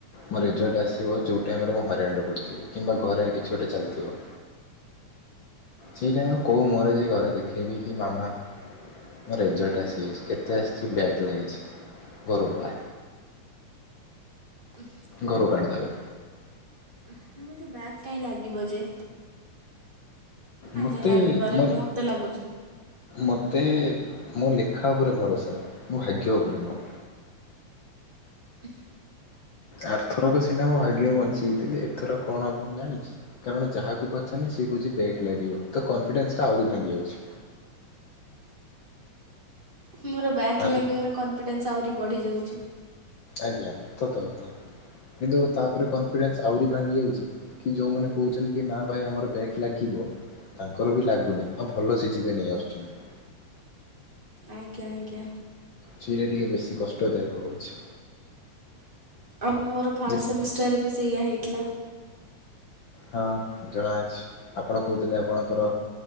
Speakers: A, on the left; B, on the right.
A: ମୋ ରେଜଲ୍ଟ ଆସିବ ଯୋଉ ଟାଇମରେ ମୁଁ ହଇରାଣରେ ପଡ଼ି଼ଥିବି କିମ୍ବା ଘରେ କିଛି ଗୋଟେ ଚାଲଥିବ। ସେଇ ଟାଇମ୍ ବେଳକୁ କୋଉ ମୁହଁରେ ଯାଇ ଘରେ ଦେଖେଇବି କି ମାମା ମୋ ରେଜଲ୍ଟ ଆସିଯାଇଛି କେତେ ଆସଚି ବ୍ୟାକ୍ ଲାଗିଚି ଘରୁ ପଳା
B: ଉଁହଁ
A: ଘରୁ କାଢ଼ିଦେବେ।
B: ଉଁହଁ ମୋତେ ବ୍ୟାକ୍ କାଇଁ ଲାଗିବ ଯେ। ନାଇଁ
A: ମୋତେ
B: ନାଇଁ ଲାଗିପାରେ
A: ମୋ
B: ମୋତେ ଲାଗୁଚି।
A: ମୋତେ ମୋ ଲେଖା ଉପରେ ଭରସା ମୋ ଭାଗ୍ୟ ଉପରେ ନୁହଁ।
B: ଅଫ
A: ଆରଥରକ ସିନା ମୋ ଭାଗ୍ୟରୁ ବଞ୍ଚିଯାଇଥିଲି ଏଥର କଣ ହେବ ମୁଁ ଜାଣିଚି? କାରଣ ଯାହାକୁ ପଚାରିନେ ସିଏ କହୁଛି ବ୍ୟାକ୍ ଲାଗିବ ତ କନଫିଡେନ୍ସଟା ଆହୁରି ଭାଙ୍ଗି ଯାଉଛି।
B: ମୋର ବ୍ୟାକ୍
A: ଆଦି
B: ଲାଗିବାର କନଫିଡେନ୍ସ ଆହୁରି ବଢ଼ି ଯାଉଛି।
A: ଆଜ୍ଞା ସତ କଥା କିନ୍ତୁ ତାପରେ କନଫିଡେନ୍ସ ଆହୁରି ଭାଙ୍ଗି ଯାଉଛି କି ଯୋଉମାନେ କହୁଚନ୍ତି କି ନା ଭାଇ ଆମର ବ୍ୟାକ୍ ଲାଗିବ ତାଙ୍କର ବି ଲାଗୁନି ଆଉ ଭଲ ସେ ଯିବେ ନେଇ ଆସୁଛନ୍ତି।
B: ଆଜ୍ଞା ଆଜ୍ଞା।
A: ସେଇଟା ଟିକେ ବେଶୀ କଷ୍ଟଦାୟକ ହଉଛି।
B: ଆଉ ମୋର ଫାଷ୍ଟ
A: ଯେ
B: ସେମିଷ୍ଟାର ବି ସେଇଆ ହେଇଥିଲା।
A: ହଁ ଜଣାଅଛି ଆପଣ କହୁଥିଲେ ଆପଣଙ୍କର